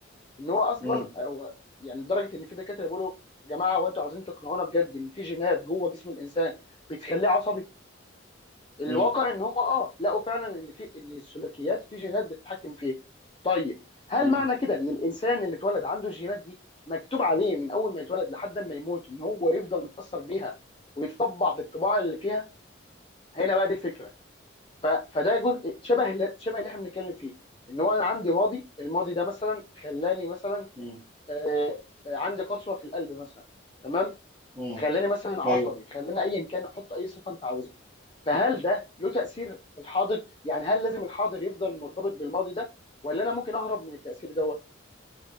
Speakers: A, on the left (about 25°); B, in the centre.
A: ان هو اصلا
B: مم، مم،
A: هو يعني لدرجه ان في دكاتره بيقولوا يا جماعه هو انتوا عاوزين تقنعونا بجد ان في جينات جوه جسم الانسان بتخليه عصبي الواقع
B: مم،
A: ان هو اه لقوا فعلا ان في ان السلوكيات في جينات بتتحكم فيها طيب هل
B: مم،
A: معنى كده ان الانسان اللي اتولد عنده الجينات دي مكتوب عليه من اول ما يتولد لحد ما يموت ان هو يفضل متاثر بيها ويتطبع بالطباع اللي فيها هنا بقى دي الفكره ف... فده جزء شبه شبه اللي احنا بنتكلم فيه ان هو انا عندي ماضي الماضي ده مثلا خلاني مثلا
B: مم، مم،
A: آه، آه، عندي قسوه في القلب مثلا تمام
B: مم.
A: خلاني مثلا عصبي
B: ايوه
A: خلاني ايا كان حط اي صفه انت عاوزها فهل ده له تاثير في الحاضر يعني هل لازم الحاضر يفضل مرتبط بالماضي ده ولا انا ممكن اهرب من التاثير دوت